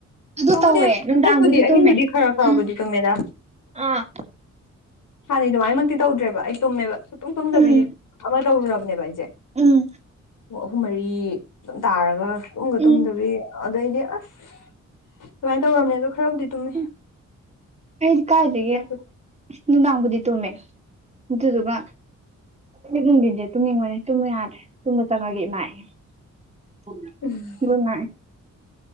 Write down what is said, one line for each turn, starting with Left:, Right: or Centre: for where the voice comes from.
Right: ꯑꯗꯨ
Left: ꯇꯕꯨꯗꯤ
Right: ꯇꯧꯋꯦ ꯅꯨꯡꯗꯥꯡꯕꯨꯗꯤ
Left: ꯍꯟꯗꯛꯄꯨꯗꯤ ꯑꯍꯤꯡꯕꯨꯗꯤ
Right: ꯇꯨꯝꯃꯦ
Left: ꯈꯔ ꯈꯔꯕꯨꯗꯤ
Right: ꯎꯝ
Left: ꯇꯣꯃꯦꯗꯥ
Right: ꯑꯥ
Left: ꯍꯥꯟꯅꯩ ꯑꯗꯨꯃꯥꯏꯅꯃꯛꯇꯤ ꯇꯧꯗ꯭ꯔꯦꯕ ꯑꯩ ꯇꯨꯝꯃꯦꯕ ꯁꯨꯛꯇꯨꯡ ꯇꯨꯝꯗꯕꯤ
Right: ꯎꯝ
Left: ꯑꯃ ꯇꯧꯔꯨꯔꯕꯅꯦꯕ ꯑꯩꯁꯦ
Right: ꯎꯝ
Left: ꯑꯍꯨꯝ ꯃꯔꯤ ꯑꯗꯨꯝ ꯇꯥꯔꯒ ꯇꯨꯝꯒ
Right: ꯎꯝ
Left: ꯇꯨꯝꯗꯕꯤ ꯑꯗꯩꯗꯤ ꯑꯁ ꯑꯗꯨꯨꯃꯥꯏꯅ ꯇꯧꯔꯝꯅꯦ ꯑꯗꯣ ꯈꯔꯕꯨꯗꯤ ꯇꯨꯝꯃꯦ
Right: ꯎꯝ ꯑꯩꯗꯤ ꯀꯥꯏꯗꯒꯦ
Left: ꯍꯟꯗꯛꯇꯤ
Right: ꯅꯨꯡꯗꯥꯡꯕꯨꯗꯤ ꯇꯨꯝꯃꯦ ꯑꯗꯨꯗꯨꯒ ꯑꯩ ꯅꯨꯡꯊꯟꯁꯦ ꯇꯨꯝꯅꯤꯡꯕꯅꯦ ꯇꯨꯝꯕ ꯌꯥꯗ꯭ꯔꯦ ꯇꯨꯝꯕ ꯆꯪꯉꯒꯦ ꯏꯃꯥꯛꯑꯦ ꯄꯨ
Left: ꯎꯝ
Right: ꯒꯨꯗ ꯅꯥꯏ